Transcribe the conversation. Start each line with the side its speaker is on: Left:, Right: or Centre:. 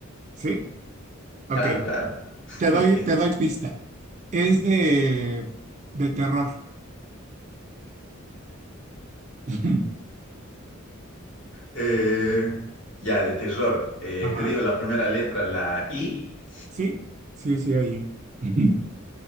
Right: sí, ok.
Left: Claro, claro.
Right: Te doy,
Left: <laughs>
Right: te doy pista. Es de, de terror. <laughs>
Left: Eh, ya, de terror. Eh,
Right: Ajá,
Left: te digo la primera letra, la I.
Right: sí, sí, sí, ahí. <laughs>